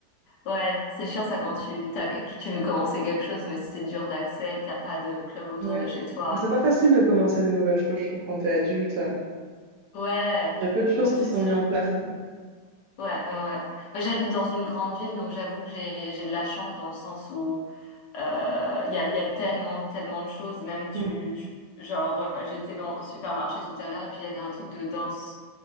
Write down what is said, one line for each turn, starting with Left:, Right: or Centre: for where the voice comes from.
Left: Ouais, c'est chiant ça quand tu t'as quelque, tu veux commencer quelque chose, mais c'est dur d'accès, t'as pas de club autour
Right: Ouais.
Left: de chez toi.
Right: Mais C'est pas facile de commencer des nouvelles choses, je trouve, quand t'es adulte.
Left: Ouais,
Right: Il y a peu de choses
Left: ouais,
Right: qui
Left: c'est
Right: sont
Left: sûr.
Right: mises en place.
Left: Ouais, ouais, ouais. Moi, j'habite dans une grande ville, donc j'avoue que j'ai j'ai de la chance dans le sens où euh, il y a, il y a tellement, tellement de choses. Même tu,
Right: Hmm.
Left: tu genre, euh, j'étais dans au supermarché tout à l'heure et puis il y avait un truc de danse.